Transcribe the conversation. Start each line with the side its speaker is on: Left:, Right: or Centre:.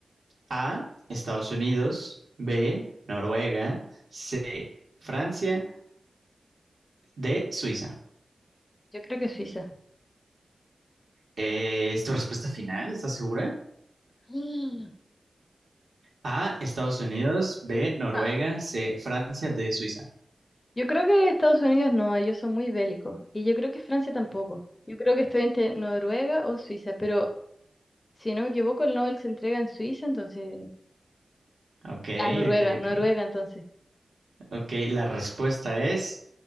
Right: A, Estados Unidos, B, Noruega, C, Francia, D, Suiza.
Left: Yo creo que Suiza.
Right: Eh, ¿es tu respuesta final? ¿Estás segura?
Left: <gasps>
Right: A, Estados Unidos, B, Noruega,
Left: Mm.
Right: C, Francia, D, Suiza.
Left: Yo creo que Estados Unidos no, ellos son muy bélicos. Y yo creo que Francia tampoco. Yo creo que estoy entre Noruega o Suiza, pero si no me equivoco, el Nobel se entrega en Suiza, entonces...
Right: Ok,
Left: Ah, Noruega,
Right: ok,
Left: Noruega,
Right: ok.
Left: entonces.
Right: Ok, la respuesta es